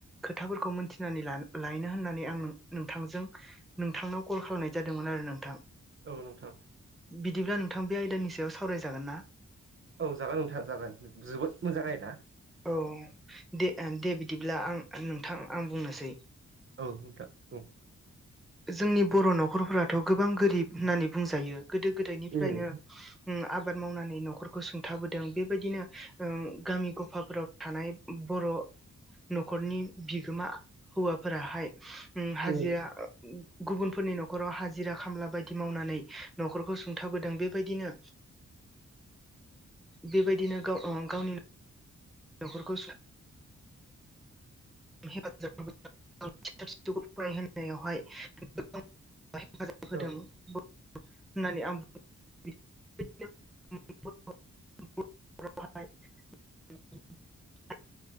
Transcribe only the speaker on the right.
औ नोंथां
औ जागोन नोंथां जागोन जोबोद मोजां आयदा ।
औ नोंथां बुं
उम
उम
औ